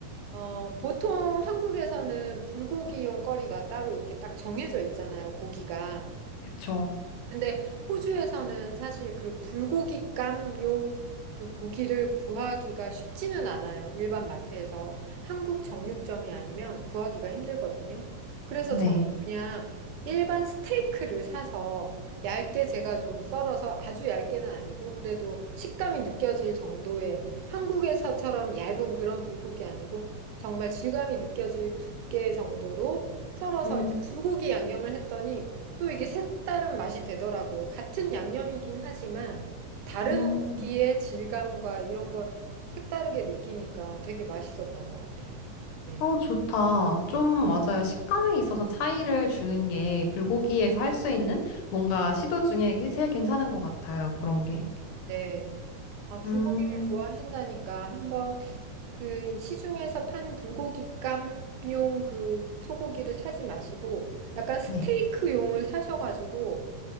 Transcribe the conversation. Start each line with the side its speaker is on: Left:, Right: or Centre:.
Right: 어, 보통 한국에서는 불고기용 거리가 따로 이렇게 딱 정해져 있잖아요, 고기가.
Left: 그쵸.
Right: 근데 호주에서는 사실 그 불고기 깜요 그 고기를 구하기가 쉽지는 않아요. 일반 마트에서 한국 정육점이 아니면 구하기가 힘들거든요. 그래서
Left: 네.
Right: 저는 그냥 일반 스테이크를 사서 얇게 제가 좀 썰어서 아주 얇게는 아니고 그래도 식감이 느껴질 정도의 한국에서처럼 얇은 그런 불고기 아니고 정말 질감이 느껴질 두께 정도로 썰어서
Left: 음,
Right: 이제 불고기 양념을 했더니 또 이게 색다른 맛이 되더라고요. 같은 양념이긴 하지만 다른
Left: 음.
Right: 고기의 질감과 이런 걸 색다르게 느끼니까 되게 맛있었던 것 같아요. 예.
Left: 어, 좋다. 좀 맞아요. 식감에 있어서 차이를 주는 게 불고기에서 할 수 있는 뭔가 시도 중에 제일 괜찮은 것 같아요. 그런 게.
Right: 네. 아, 불고기를
Left: 음,
Right: 좋아하신다니까 한번 그 시중에서 파는 불고기감용 그 소고기를 사지 마시고 약간 스테이크용을
Left: 네.
Right: 사셔가지고